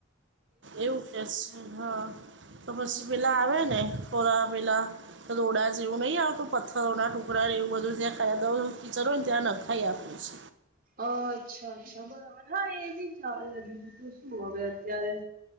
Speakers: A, on the right (about 65°); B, on the right (about 50°).
A: એવું કે છે હા, તો પછી
B: હમ
A: પેલા
B: મને
A: આવે ને થોડા વહેલા. રોડા હજુ ન આવ્યું? પથ્થરો ના ટુકડા એવું બધું જ્યાં કાવદ કીચરો હોય ને ત્યાં નખાઈ આપીશ.
B: આ અચ્છા અચ્છા બરાબર હા એ બી ચાલે બીજું તો શું હવે અત્યારે.